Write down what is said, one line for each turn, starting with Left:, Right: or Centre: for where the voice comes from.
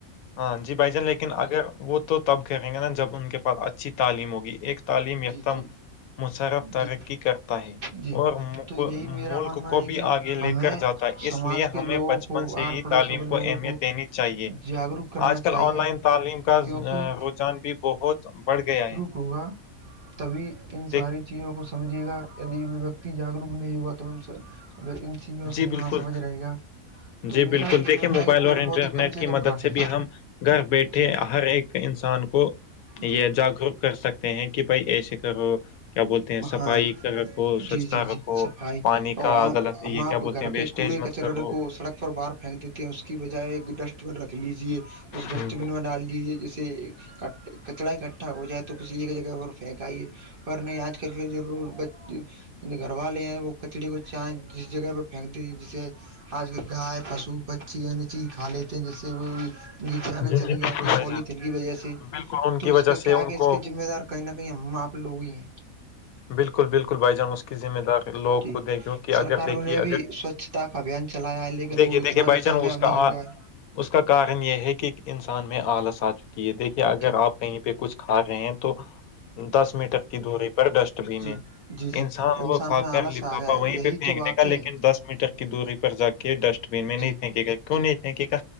Left: ہاں جی بھائی جان لیکن اگر وہ تو تو تب کہیں گے نا جب ان کے پاس اچھی تعلیم ہوگی ایک تعلیم یافتہ
Right: جی جی
Left: مسرف ترقی
Right: جی
Left: کرتا ہے
Right: جی
Left: اور
Right: تو یہی میرا
Left: ملک
Right: ماننا
Left: کو
Right: ہے
Left: بھی
Right: کہ
Left: آگے لے
Right: ہمیں
Left: کر جاتا اس
Right: سماج
Left: لیے
Right: کے
Left: ہمیں
Right: لوگوں
Left: بچپن
Right: کو
Left: سے
Right: آر
Left: ہی
Right: پڑوسوں
Left: تعلیم
Right: کے لوگوں
Left: کو اہمیت دینی تھی چاہیے
Right: جاگروک کرنا
Left: آج
Right: چاہیے
Left: کل آن لائن تعلیم کا
Right: کیونکہ
Left: رجان بھی بہت بڑھ گیا ہے
Right: کوا <unintelligible> تبھی ان
Left: دیک
Right: ساری چیزوں کو سمجھے گا ید ویکتی جاگروک نہیں ہوگا تو ان ا ان چیزوں سے
Left: جی
Right: نہ
Left: بالکل
Right: سمجھ رہے گا تو
Left: جی
Right: میرا
Left: بالکل
Right: بھی
Left: دیکھیے
Right: یہ ماننا
Left: موبائل
Right: ہے کہ پیڑ
Left: اور انٹرنیٹ
Right: پودے کم
Left: کی
Right: کم
Left: مدد
Right: کاٹیں
Left: سے بھی ہم گھر بیٹھے
Right: جی
Left: ہر ایک انسان کو یہ
Right: جی
Left: جاگروک کر سکتے ہیں کہ بھائی ایسے کرو کیا بولتے ہیں صفائی
Right: ہاں
Left: رکھو سوچھتا
Right: جی جی جی
Left: رکھو
Right: صفائی
Left: پانی کا
Right: اور
Left: غلط تو
Right: ہم
Left: یہ
Right: آپ
Left: کیا بولتے
Right: گھر
Left: ہیں وسٹیج
Right: کے کوڑے
Left: مت
Right: کچرے
Left: کرو
Right: کو سڑک پر باہر پھینک دیتے ہیں اس کی بجائے ایک ڈسٹ ڈسٹ رکھ لیجے اس ڈسٹ
Left: ہوں،
Right: بین میں ڈال دیجے جیسے ک کچرا اکٹھا ہو جائے تو کسی ایک جگہ پر <unintelligible> پھینکائیے اور نہیں آج کل کے ب گھر والے ہیں وہ کچڑی کو چاہ جس جگہ پہ پھینک دی جسے آج کل گائے پشو پکچھی اننی چیز کھا لیتے ہیں جیسے وہ بھی <unintelligible> یہ جانے
Left: جی
Right: چلی
Left: جی بالکل
Right: جاتی
Left: بھائی
Right: ہیں پولیتن
Left: جان
Right: کی وجہ سے
Left: بالکل ان
Right: تو
Left: کی وجہ
Right: اس کے
Left: سے
Right: کیا
Left: ان
Right: کہ اس
Left: کو
Right: کے ذمہ دار کہ نہ ہم آپ لوگ ہی ہیں
Left: بالکل بالکل بھائی جان اس کی ذمہ داری لوگوں
Right: جی
Left: کو دیں کیونکہ اگر
Right: سرکاروں
Left: دیکھیے
Right: نے
Left: اگر
Right: بھی سوچھتا کا ابھیان چلایا ہے لیکن
Left: دیکھیے
Right: وہ اتنا
Left: دیکھیے بھائی
Right: بھی
Left: جان
Right: کامیاب
Left: اس کا
Right: نہیں ہوا
Left: آ-
Right: ہے
Left: اس کا کارن یہ ہے کہ انسان میں آلس آ چکا کہ یہ دیکھیے اگر
Right: جی
Left: آپ کہیں پہ کچھ کھا رہے ہیں تو دس میٹر کی دوری پر ڈسٹ بین
Right: جی
Left: ہے
Right: جی جی
Left: انسان کو کھا
Right: میں
Left: کر
Right: آلس
Left: لپافا
Right: آ گیا ہے
Left: وہیں
Right: یہی
Left: پہ پھینک
Right: تو بات
Left: د
Right: ہے
Left: لیکن دس میٹر دوری پر جا کے ڈسٹ بین میں نہیں
Right: جی
Left: پھینکے گا کیوں
Right: جی
Left: نہیں پھینکے گا